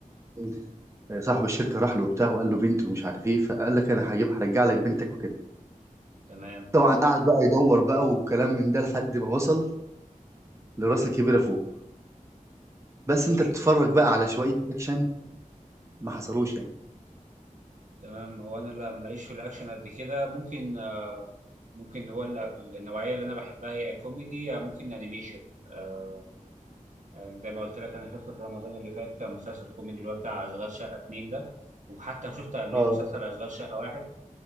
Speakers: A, on the right; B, on the right.
A: إيه، صاحب الشركة راح له وبتاع وقال له بنتي ومش عارف ايه فقال لك انا هجيب هرجع لك بنتك وكده
B: تمام
A: طبعا قعد بقى يدور بقى وكلام من ده لحد ما وصل لراس الكبيرة فوق بس انت
B: إيه؟
A: بتتفرج بقى على شوية اكشن ما حصلوش يعني
B: تمام هو انا لا- ماليش في الاكشن قد كده ممكن ممكن هو ال- النوعيه اللي انا بحبها هي كوميدي يا ممكن انيميشن آه يعني زي ما قلت لك انا شفت في رمضان اللي فات مسلسل كوميدي اللي هو بتاع اشغال شقه اتنين ده وحتى شفت قبليه
A: اه
B: مسلسل اشغال شقه واحد